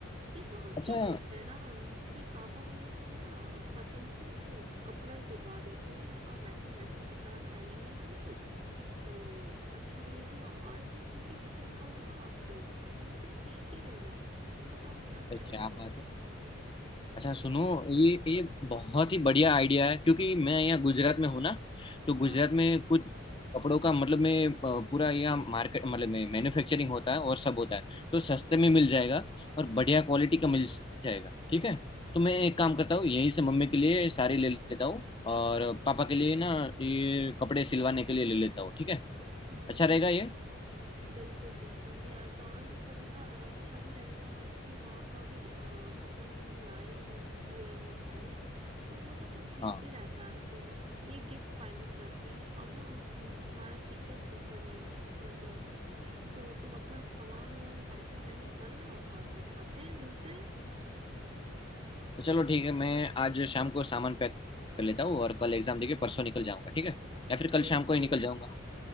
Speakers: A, on the right (about 30°); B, on the left (about 25°).
A: ये तो हम
B: अच्छा
A: क्या बोलते हैं ना कि पापा मम्मी को ना पसंद से वो कपड़ा ही दिलवा देते हैं और मैचिंग मैचिंग कपड़ा पहनेंगे वो लोग तो अच्छा रहेगा और वो उनके पसंद का होगा तो वो भी ठीक ही रहेगा तुम बताओ क्या कह
B: अरे
A: रहे
B: क्या
A: हो तुम
B: बात है अच्छा सुनो ये ये बहुत ही बढ़िया आइडिया है क्योंकि मैं यहाँ गुजरात में हूँ ना तो गुजरात
A: हाँ हाँ
B: में कुछ कपड़ों का मतलब में अ, पूरा यहाँ मार्केट मतलब में मैन्युफैक्चरिंग होता है और सब होता है तो सस्ते में मिल जाएगा और बढ़िया क्वालिटी का मिल जाएगा ठीक है तो मैं एक काम करता हूँ यहीं से मम्मी के लिए साड़ी ले लेता हूँ और पापा के लिए ना ये कपड़े सिलवाने के लिए ले लेता हूँ ठीक है
A: जी
B: अच्छा रहेगा
A: जी
B: ये
A: बिल्कुल बिल्कुल ये आसान भी पड़ेगा और अच्छा भी रहेगा और देखो वहाँ का भी आ, कपड़ा तो तुम लाए हुए हुए ही हो पहले तो वो सब तो ठीक
B: हाँ
A: ही रहता है तो ये गिफ्ट फाइनल करते हैं अब ना हम हम्म, तुम्हारा टिकट बुक कर लेंगे थोड़ी देर में तो तुम अपना सामान वामान पैकिंग वैकिंग कर लो और फिर आते हैं मिलते हैं
B: तो चलो ठीक है मैं आज शाम को सामान पैक कर लेता हूँ और कल एग्जाम देके परसों निकल जाऊंगा ठीक है या फिर कल
A: बिल्कुल
B: शाम को ही निकल जाऊंगा